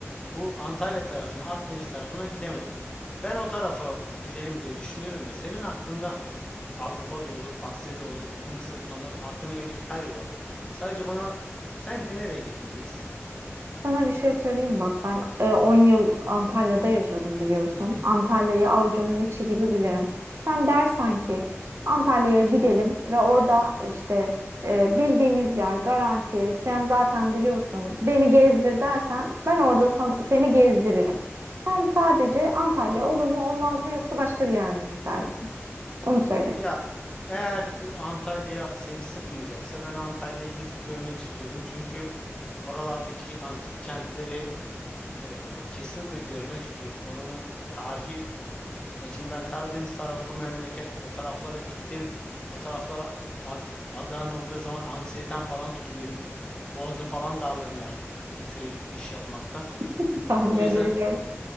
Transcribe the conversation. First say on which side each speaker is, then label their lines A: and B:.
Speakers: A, on the left; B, on the right.
A: Bu Antalya tarafına, Akdeniz tarafına gidemedim. Ben o tarafa gidelim diye düşünüyorum da senin aklında Avrupa'da olur, Asya'da olur, Mısır, anladım. Aklına gelebilecek her yer olur. Sadece bana sence nereye gitmeliyiz?
B: Sana bir şey söyleyeyim bak ben e, 10 yıl Antalya'da yaşadım biliyorsun.
A: Hı hı.
B: Antalya'yı avucumun içi gibi bilirim. Sen dersen ki Antalya'ya gidelim ve orada işte e, bildiğimiz yer garanti sen zaten biliyorsun beni gezdir dersen ben orada san- seni gezdiririm. Sen sadece Antalya olur mu olmaz mı yoksa başka bir yer mi istersin? Onu söyle.
A: Ya eğer e, Antalya seni sıkmayacaksa ben Antalya'yı gezip görmek istiyorum. Çünkü oralardaki antik kentleri e, kesinlikle görmek istiyorum. Oranın tarihi E şimdi ben Karadeniz tarafı memleket o taraflara gittim. O taraflara artık adı anıldığı zaman anksiyetem falan tutuyor. Benim boğazım falan darlanıyor artık köye gidip iş yapmaktan.
B: <laughs>
A: E,
B: Tahmin
A: o
B: edebiliyorum.
A: yüzden